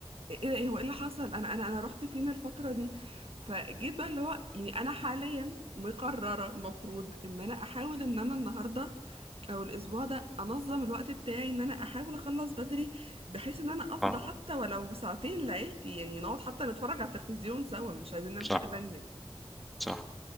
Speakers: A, on the right; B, in the centre.
A: ايه ده ايه هو ايه اللي حصل انا انا انا رحت فين الفتره دي فجيت بقى اللي هو يعني انا حاليا مقرره المفروض ان انا احاول ان انا النهارده او الاسبوع ده انظم الوقت بتاعي ان انا احاول اخلص بدري بحيث ان انا افضى
B: صح
A: حتى ولو ساعتين لعيلتي يعني نقعد حتى نتفرج على التلفزيون سوا مش عايزين نعمل
B: صح
A: حاجة تانية
B: صح